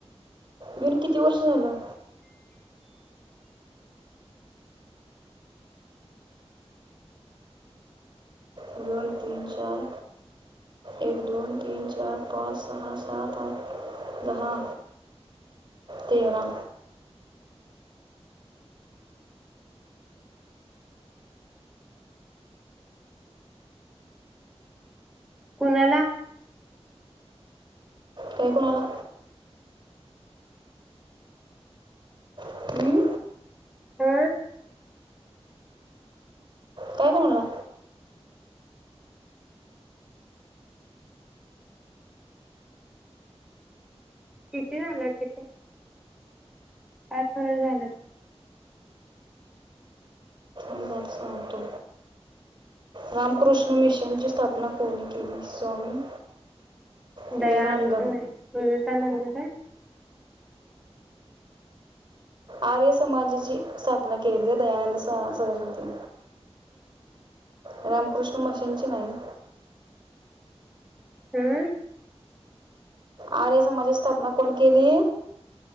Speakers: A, on the right; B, in the centre.
A: येऊन किती वर्ष झालं? दोन, तीन, चार, एक, दोन, तीन, चार, पाच, सहा, सात, आठ, दहा, तेरा.
B: कोणाला?
A: काय कोणाला? हं?
B: हा
A: काय कोणाला
B: किती झालं किती? पाच वेळा झालं.
A: थांब सांगतो. रामकृष्ण मिशनची स्थापना कोणी केली? स्वामी विवेकानंद
B: दयान नाही. कालंदर काय?
A: आर्य समाजाची स्थापना केलेली आहे दयानंद सा सरस्वती. रामकृष्ण मशींची नाही.
B: हम्म
A: आर्य समाजाची स्थापना कोण केली?